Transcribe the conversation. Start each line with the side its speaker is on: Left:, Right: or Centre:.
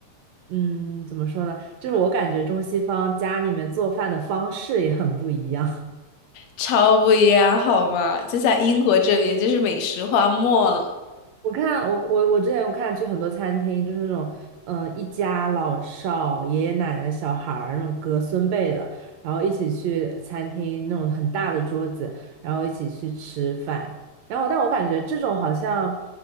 Right: 嗯，怎么说呢？就是我感觉中西方家里面做饭的方式也很不一样。
Left: 超不一样，好吗？就在英国这边，就是美食荒漠了。
Right: 我看我我我之前我看去很多餐厅，就是那种嗯、呃一家老少、爷爷奶奶、小孩儿那种隔孙辈的，然后一起去餐厅那种很大的桌子，然后一起去吃饭。然后但我感觉这种好像